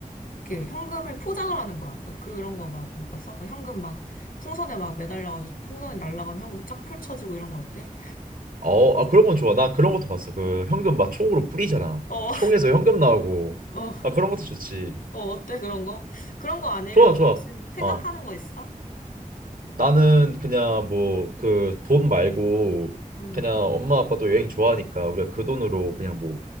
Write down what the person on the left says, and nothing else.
이렇게 현금을 포장을 하는 거야. 너 그런 거 막 못 봤어? 현금 막 풍선에 막 매달려가지고 풍선이 날아가면 현금이 쫙 펼쳐지고 이런 거 어때?
<laughs> 어.
어,
어, 어때, 그런 거? 그런 거 아니면
너 혹시 생각하는
거 있어?
음,